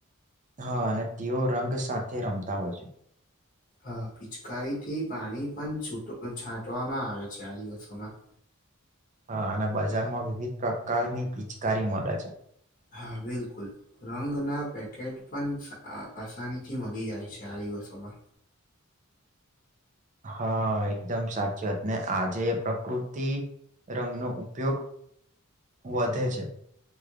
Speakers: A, on the right; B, on the left.
A: હા અને તેઓ રંગ સાથે રમતા હોય છે.
B: હા, પિચકારી થી પાણી પણ છૂટો, છાંટવામાં આવે છે, આ દિવસોમાં
A: હા અને બજાર માં વિવિધ પ્રકારની પિચકારી મલે છે.
B: હા, બિલકુલ રંગના પેકેટ પણ આસાની થી મળી જાય છે આ દિવસોમાં
A: હા, એકદમ સાચી વાત ને આજે પ્રકૃતિ રંગનો ઉપયોગ, વધે છે.